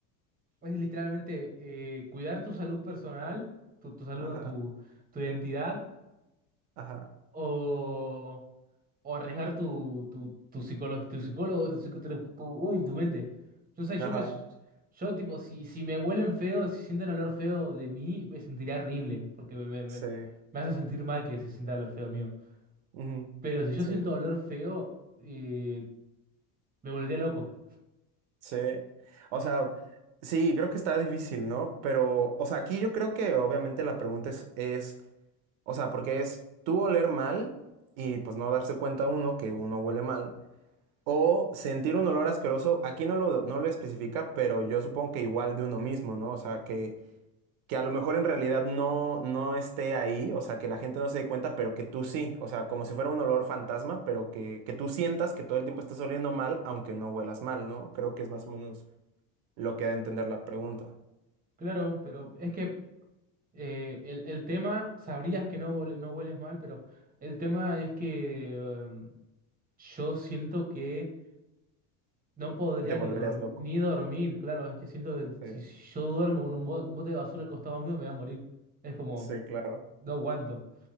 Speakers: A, on the right; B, on the right.
A: es literalmente eh, cuidar tu salud personal, tu, tu salud,
B: Ajá,
A: no, tu, tu identidad,
B: ajá,
A: o, o arriesgar tu, tu, tu psicólogo, tu psicólogo, tu, psico- tu, tu- uy, tu mente. Yo sé,
B: ajá,
A: yo me, yo tipo, si, si me huelen feo, si sienten olor feo de mí, me sentiría horrible, porque me, me, me
B: sí.
A: me hace sentir mal que se sienta el olor feo mío.
B: ujú,
A: Pero si yo
B: sí.
A: siento dolor feo, eh, me volvería loco.
B: Sí, o sea, sí, creo que está difícil, ¿no? Pero, o sea, aquí yo creo que obviamente la pregunta es, es, o sea, porque es tú oler mal y pues no darse cuenta uno que uno huele mal, o sentir un olor asqueroso, aquí no lo, no lo especifica, pero yo supongo que igual de uno mismo, ¿no? O sea, que, que a lo mejor en realidad no, no esté ahí, o sea, que la gente no se dé cuenta, pero que tú sí, o sea, como si fuera un olor fantasma, pero que, que tú sientas que todo el tiempo estás oliendo mal, aunque no huelas mal, ¿no? Creo que es más o menos lo que da a entender la pregunta.
A: Claro, pero es que eh, el, el tema, sabrías que no, huele- no hueles mal, pero el tema es que em, yo siento que no podría
B: Te volverías
A: ni, dorm-
B: loco.
A: ni dormir. Claro, es que siento que
B: Sí,
A: si yo duermo con un, bo- un bote de basura al costado mío, me voy a morir. Es como,
B: sí, claro.
A: no aguanto.